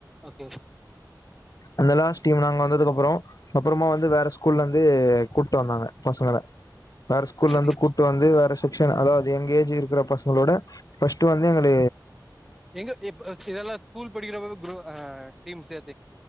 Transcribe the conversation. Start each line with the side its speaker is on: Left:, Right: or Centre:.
Centre: ஓகே
Left: அந்த லாஸ்ட் டீம் நாங்க வந்ததுக்கு அப்புறோ அப்புறமா வந்து வேற ஸ்கூல்ல இருந்து கூட்டு வந்தாங்க பசங்கள வேற ஸ்கூல்ல
Centre: சரி
Left: இருந்து கூட்டு வந்து வேற ஸ் ச்சன் அதாவது எங்க ஏஜ் இருக்கிற பசங்களோட ஃபர்ஸ்ட் வந்து எங்கள
Centre: எங்க இப் செ இதெல்லா ஸ்கூல் படிக்கிறபோதே ப்ரோ ஆ டீம் சேத்